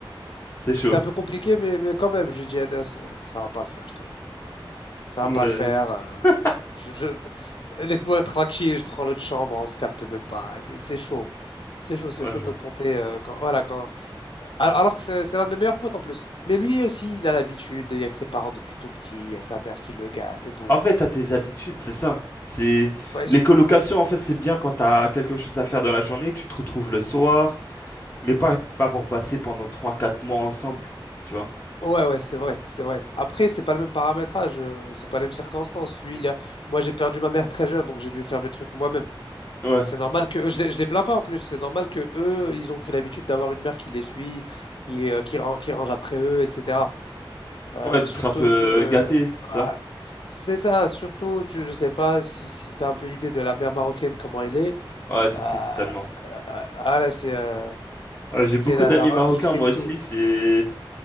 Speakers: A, on the left; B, on the left.
A: c'est chaud.
B: c'est un peu compliqué, mais, mais quand même, je lui dis, Anas, euh, ça va pas le faire, je te jure. ça
A: <laughs> Ouais,
B: va pas le faire.
A: c'est-
B: euh, je, je- Laisse-moi tranquille, je prends l'autre chambre, on se capte même pas. C'est c'est chaud. C'est chaud, c'est
A: ouais,
B: chaud
A: je vois.
B: de compter. euh, quand, voilà, quand... Alors, alors que c'est c'est l'un de mes meilleurs potes en plus. Mais lui aussi, il a l'habitude, il y a que ses parents depuis tout petit, il y a sa mère qui le gâte et tout.
A: En fait, t'as tes habitudes, c'est ça. C'est
B: Ouais,
A: les
B: je-
A: colocations, en fait, c'est bien quand t'as quelque chose à faire dans la journée, tu te retrouves le soir, mais pas pas pour passer pendant trois, quatre mois ensemble, tu vois.
B: ouais, ouais, c'est vrai, c'est vrai. Après, c'est pas le même paramétrage, euh, c'est pas les mêmes circonstances. Lui,
A: Mm.
B: il a- moi, j'ai perdu ma mère très jeune, donc j'ai dû faire mes trucs moi-même.
A: Ouais,
B: C'est normal que je les, je les plains pas en plus. C'est normal que eux, ils ont pris l'habitude d'avoir une mère qui les suit, qui, euh, qui, ran- qui range après eux, etc. Euh,
A: ouais, d'être
B: surtout
A: un peu
B: que euh,
A: euh, gâté, c'est
B: ah,
A: ça.
B: c'est ça. Surtout, tu- je sais pas si, si tu as un peu idée de la mère marocaine, comment elle est.
A: Ouais, si,
B: Euh,
A: si, totalement.
B: euh, ah là, c'est euh,
A: Ouais, j'ai
B: c'est
A: beaucoup
B: la
A: d'amis
B: daronne
A: marocains,
B: qui fait
A: moi
B: tout.
A: aussi, c'est...